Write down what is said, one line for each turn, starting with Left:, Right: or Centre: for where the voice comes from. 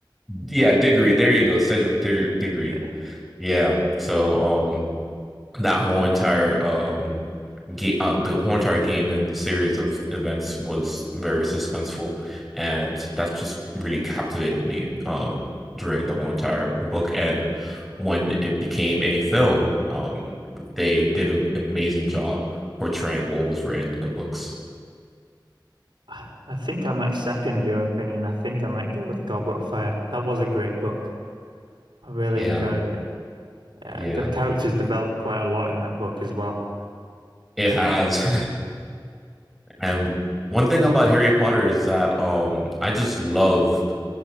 Centre: yeah, Diggory, there you go, Cedric Diggory. Diggory.
Right: yeah
Centre: Yeah, so um that whole entire um game uh, the whole entire game and the series of events was very suspenseful and that just really captivated me um during the whole entire book and when it became a film um they did an amazing job portraying what was written in the books
Right: I, I think I might second your opinion I think I might go with Goblet of Fire that was a great book I really
Centre: yeah
Right: enjoyed it yeah
Centre: yeah
Right: the characters developed quite a lot in that book as well
Centre: it has <laughs> and one thing about Harry Potter is that um I just love